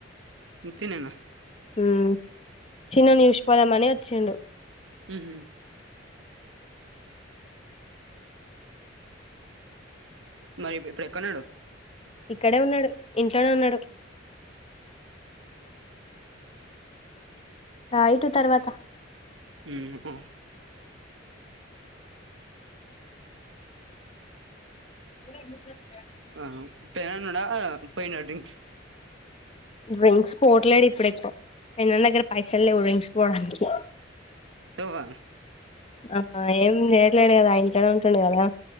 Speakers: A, on the right (about 80°); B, on the left (about 35°).
A: ఉతినేనా
B: ఊమ్ చిన్నాని చూసి పోదామని ఓచ్చిండు
A: ఉహు మరి ఇప్పు ఎక్కన్నాడు
B: ఇక్కడే ఉన్నాడు ఇంట్లోనే ఉన్నాడు రా ఇటు తర్వాత
A: ఉమ్ హోం
B: <unintelligible>
A: ఆ పె అన్నాడా పోయిద డ్రింక్స్
B: డ్రింక్స్ పోట్లేడు ఇప్పుడ్ ఏక్కవ పెద్దన్న దగ్గర పైసల్ లేవ్ డ్రింక్స్ పోడానికి
A: టువ
B: ఆహ ఏం చేయ్యట్లేడ్ కదా ఇంట్లోనే ఉంటుండు కదా